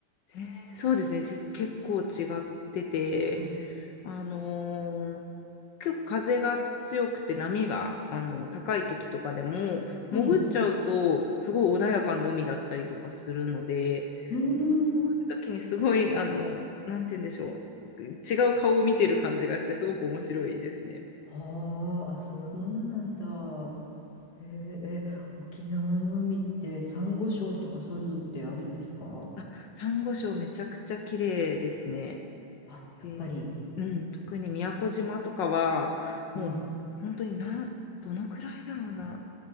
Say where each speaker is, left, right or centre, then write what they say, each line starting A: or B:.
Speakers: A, on the left (about 70°); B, on the left (about 50°).
A: ぜそうですね、ち結構違ってて、
B: うん。
A: あのー結構風が強くて波があの高い時とかでも潜っちゃうとすごい穏やかな海だったりとかするのでなんかそういう時にすごいあのなんて言うんでしょう違う顔を見てる感じがしてすごく面白いですね。
B: うん。うーん。はあ、あ、そういうものなんだ。へえ、え、沖縄の海ってサンゴ礁とかそういうのってあるんですか
A: あ、サンゴ礁めちゃくちゃ綺麗ですね。
B: あ、やっぱり。
A: で、うん、特に宮古島とかはもう本当になんどのくらいだろうな
B: うん。